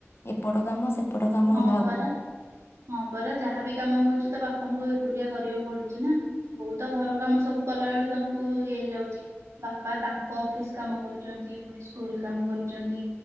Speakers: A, on the left (about 55°); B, on the right (about 75°).
A: ଏପଟ କାମ ସେ ଏପଟ କାମ
B: ହଁ
A: ହେଲା <unintelligible>
B: ପରା। ହଁ ପରା ଯାହା ବିି କାମ ହଉଚି ତ ବାପାଙ୍କୁ ଏକୁଟିଆ କରିବାକୁ ପଡୁଚି ନା। ବଉ ତ ଘର କାମ ସବୁ କଲା ବେଳୁ ତାଙ୍କୁ ଇଏ ହେଇଯାଉଚି ବାପା ତାଙ୍କ ଅଫିସ କାମ କରୁଚନ୍ତି ପୁଣି ସ୍କୁଲ କାମ କରୁଚନ୍ତି